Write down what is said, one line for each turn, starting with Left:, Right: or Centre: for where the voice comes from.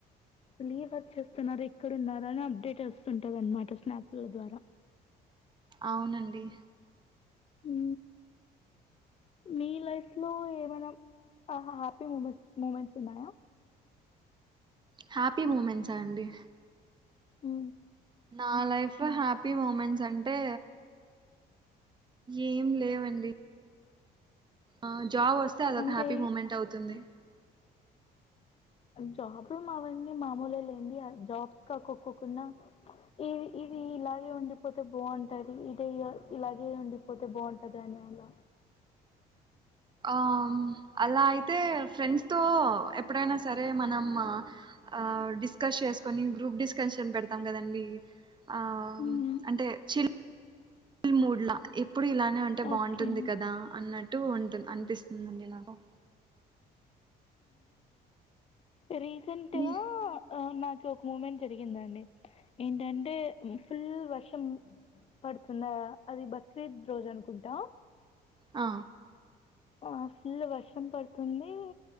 Left: లే వర్క్ చేస్తున్నారు ఎక్కడున్నారు ట్లన్న అప్డేట్ వస్తుంటది అనమాట స్నాప్ల ద్వారా
Right: అవునండి
Left: హు మీ లైఫ్ లో ఏమైనా ఆహ్ హ్యాపీ మూమెంట్ మూమెంట్స్ ఉన్నాయా
Right: హ్యాపీ మూమెంట్సా అండి
Left: హు
Right: నా లైఫ్లో హ్యా పీ మూమెంట్స్ అంటే ఏం లేవండి ఆ జాబ్ వస్తే అదొక
Left: అంటే
Right: హ్యాపీ మూమెంట్ అవుతుంది
Left: జాబ్లు మావన్నీ మామూలే లేండి. ఆ జాబ్స్ కాకోకోకున్నా ఇది ఇది ఇలాగే ఉండిపోతే బాగుంటాది ఇది ఇయ ఇలాగే ఉండిపోతే బాంటది అని అలా
Right: ఆమ్ అలా అయితే ఫ్రెండ్స్ తో ఎప్పుడైనా సరే మనం ఆ ఆ డిస్కస్ చేసుకొని గ్రూప్ డిస్కషన్ పెడతాం కదండి ఆ
Left: మ్మ్
Right: అంటే చిల్ చిల్ మూడ్లా ఎప్ ఎప్పుడు ఇలానే ఉంటే బావుంటుంది
Left: ఓకే
Right: కదా అన్నట్ టు ఉంటుంద్ అన్పిస్తుందండి నాకు
Left: రీసెంటుగా
Right: మీ
Left: ఆ నా ఓక్ మూమెంట్ జరిగిందండి ఏంటంటే ఫుల్ వర్షం పడుతుందా అది బక్రీద్ రోజనుకుంటా.
Right: ఆ
Left: ఆ ఫుల్లు వర్షం పడ్తుంది